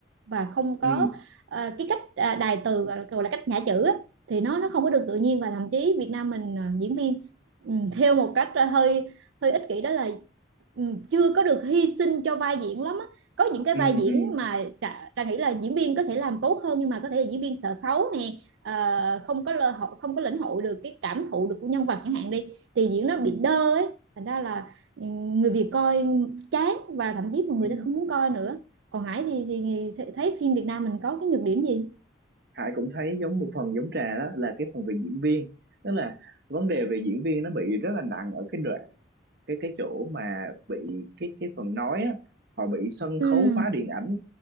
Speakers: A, on the right (about 70°); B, on the right (about 55°).
A: và không
B: Ừ.
A: có ờ, cái cách ờ, đài từ gọi là, cách nhả chữ á, thì nó nó không có được tự nhiên và thậm chí Việt Nam mình ờ, diễn viên ừ, theo một cách ờ, hơi hơi ích kỷ đó là ừ, chưa có được hy sinh cho vai diễn lắm á. Có những cái
B: Ừ.
A: vai diễn
B: Ừ.
A: mà ta nghĩ là diễn viên có thể làm tốt hơn nhưng mà có thể là diễn viên sợ xấu nè ờ, không có lơ hội không có lĩnh hội được cái cảm thụ được của nhân vật chẳng hạn đi thì diễn nó
B: Ừ.
A: bị
B: Ừ.
A: đơ ấy thành ra là ừ, người Việt coi chán và thậm chí mọi
B: ừ.
A: người sẽ không muốn coi nữa còn Hải thì, thì, thấy phim Việt Nam mình có cái nhược điểm gì
B: Hải cũng thấy giống một phần giống Trà đó là cái phần về diễn viên tức là vấn đề về diễn viên nó bị rất là nặng ở cái đoạn cái cái chỗ mà bị cái cái phần nói á họ bị sân
A: ừ
B: khấu hóa điện ảnh